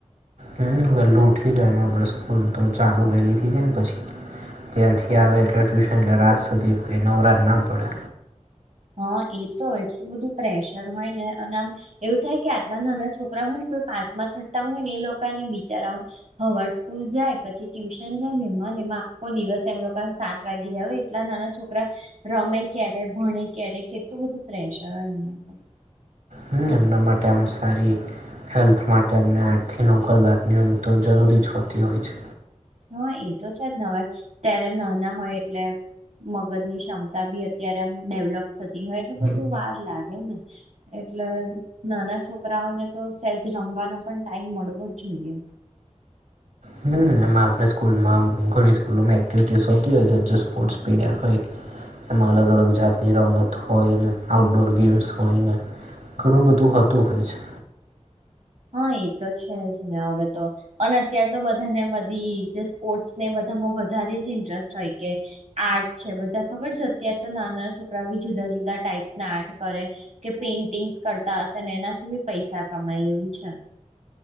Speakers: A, on the right (about 85°); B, on the right (about 65°).
A: <unintelligible> લોૂઠી જષપ તો ચાલુ વહેલીથી જાય ને પછી ત્યાંથી આવે એટલે ટ્યુશન એટલે રાત સુધી કો નવરાત ના પડે.
B: હા એ તો એટલું બધું પ્રેશર હોય ને અને આમ એવું થાય કે આટલા નાના છોકરા હોય ને કોઈ પાંચમા છઠ્ઠામાં હોય ને એ લોકોને બિચારાને. હવાર સ્કૂલ જાય પછી ટ્યુશન જાય ને એમાં ને એમાં આખો દિવસ એમ લોકો સ લાગીયા હવે એટલા નાના છોકરા રમે ક્યારે? ભણે ક્યારે કેટલું બધું પ્રેશર હોય એમના પર.
A: હમ્મ એમના માટે આમ સારી. હેલ્થ માટે અમને આઠથી નવ કલાકની ઉમ તો જરૂરી જ હોતી હોય છે.
B: હા એ તો છે જ હવે ત્યારે ન ના હોય એટલે મગજ ની ક્ષમતા બી અત્યારે આમ ડેવલપ થતી હોય એટલે બધું વાર લાગે ને. એટલે નાના છોકરાઓને તો સેજ રમવાનો પણ ટાઈમ મળવો જ જોઈએ.
A: હમ એમાં આપણે સ્કૂલમાં ઘણી સ્કૂલોમાં એક્ટિવિટીસ હોતી હોય છે જે સ્પોર્ટ્સ પીડયર હોય. એમાં અલગ અલગ જાતની રમત હોય ને આઉટડોર ગેમ્સ હોય ને. ઘણું બધું હોતું હોય છે.
B: હા એ તો છે જ ને હવે તો અને અત્યાર તો બધાને બધી જ. સ્પોર્ટસ ને બધામાં વધારે જ ઇન્ટરેસ્ટ હોય કે આર્ટ છે બધા ખબર જ. ક તો નાના નાના છોકરા બી જુદા જુદા ટાઈપ ના આર્ટ કરે. કે પેઇન્ટિંગસ કરતા હશે એનાથી બી પૈસા કમાય એવું છે.